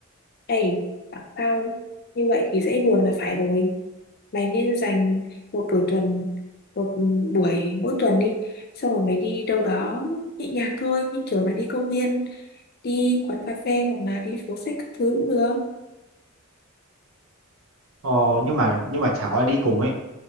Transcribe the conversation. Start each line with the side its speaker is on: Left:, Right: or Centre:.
Left: Ê, bảo tao như vậy thì dễ buồn là phải rồi. Mày nên dành một buổi tuần, một buổi mỗi tuần đi. Xong rồi mày đi đâu đó nhẹ nhàng thôi. Như kiểu là đi công viên đi quán cà phê hoặc là đi phố sách các thứ cũng được
Right: Ờ, nhưng mà nhưng mà chẳng có ai đi cùng ấy